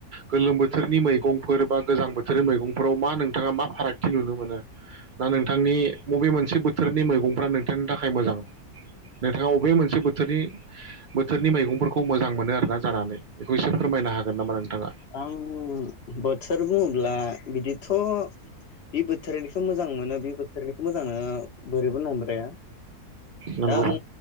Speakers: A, on the right; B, on the left.
A: गोलोम बोथोरनि मैगंफोर बा गोजां बोथोरनि मैगंफोराव मा नोंथाङा मा फारागथि नुनो मोनो ना नोंथांनि बबे मोनसे बोथोरनि मैगंफ्रा नोंथांनि थाखाय मोजां नोंथाङा अबे मोनसे बोथोरनि बोथोरनि मैगंफोरखौ मोजां मोनो आरोना? जानानै बेखौ एसे फोरमायनो हागोन नामा? नोंथाङा
B: आं बोथोर बुङोब्ला बिदि थ बे बोथोरनिखो मोजां मोनो बे बोथोरनिखो मोजां मोनो बोरैबो नंद्राया
A: नंगौ
B: दा आं